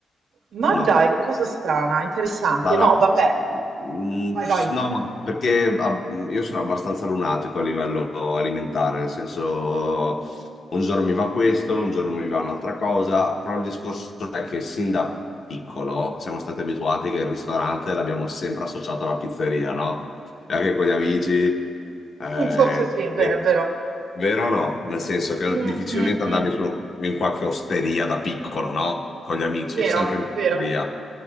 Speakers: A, on the right; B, on the left.
A: Ma
B: no.
A: dai, che cosa strana, interessante.
B: Sarà...
A: No, vabbè.
B: Mm,
A: Vai,
B: s-
A: vai.
B: No, ma perché ah, io sono abbastanza lunatico a livello alimentare, nel senso un giorno mi va questo, un giorno mi va un'altra cosa, però il discorso è che sin da piccolo siamo stati abituati che il ristorante l'abbiamo sempre associato alla pizzeria, no? e anche con gli amici. eh,
A: Mm, forse sì, è vero,
B: eh,
A: è vero.
B: vero o no? Nel senso che
A: Mm,
B: difficilmente
A: mm,
B: andavi
A: mm.
B: su in qualche osteria da piccolo, no? Con gli amici,
A: Vero,
B: sempre in
A: vero,
B: osteria.